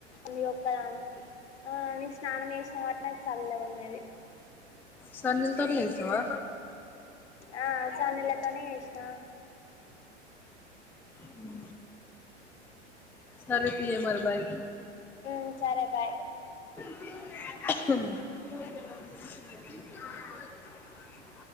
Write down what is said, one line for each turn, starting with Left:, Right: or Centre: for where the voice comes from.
Left: నీ ఒక్కదానికి ఆ నేను స్నానం చేసిన కాబట్టి నాకు చల్ల గా ఉన్నది
Centre: సన్నీ లు తోనే చేసినవా
Left: ఆ సన్నీల్లు తోనే చేేసిన
Centre: హు సరే తీయే మరి బాయ్
Left: ఉ సరే బాయ్
Centre: <inaudible>